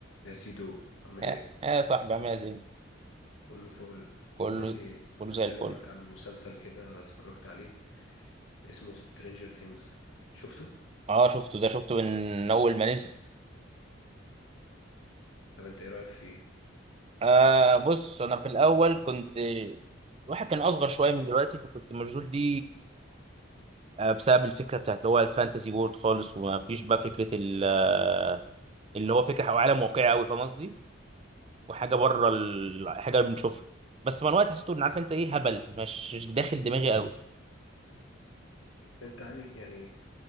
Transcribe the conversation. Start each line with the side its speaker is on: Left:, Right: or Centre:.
Left: يا سيدو عامل
Right: يا
Left: ايه
Right: يا صاحبي عامل إيه يا زين
Left: كله فل
Right: كله
Left: بقول لك ايه
Right: كله
Left: عايز
Right: زي
Left: اتكلم
Right: الفل
Left: معاك عن مسلسل كده اتفرجت عليه اسمه Stranger Things شفته
Right: اه شفته ده شفته من اول ما نزل
Left: طب انت ايه رايك فيه
Right: آه بص انا في الاول كنت الواحد كان اصغر شويه من دلوقتي فكنت مشغول دي آه بسبب الفكره بتاعت اللي هو الفانتسي وورد خالص وما فيش بقى فكره ال- آه، اللي هو فكره أو عالم واقعي قوي فاهم قصدي وحاجه بره الحاجه اللي بنشوفها بس مع الوقت حسيت ان عارف انت ايه هبل مش مش داخل دماغي قوي
Left: انت يعني يعني